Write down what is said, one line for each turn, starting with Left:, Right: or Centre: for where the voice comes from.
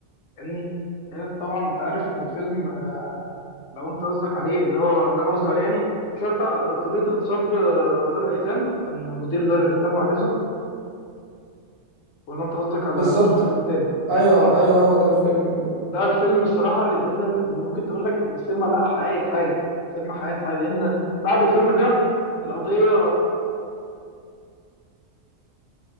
Left: فاهمني لان يعني طبعا انت عارف ان الفيلم لو انت قصدك عليه اللي هو اللي انا قصدي عليه يعني مش هو بتاع ده قضيه اغتصاب آه، دار الايتام كان مدير دار الايتام وهكذا ولا انت قصدك على
Right: بالظبط
Left: على فيلم تاني
Right: ايوه
Left: اه
Right: ايوه هو ده الفيلم ال-
Left: ده الفيلم الصراحه اللي اتقدم اللي ممكن تقول لك ان السينما لا حققت حاجه السينما حققت حاجه لان بعد الفيلم ده القضيه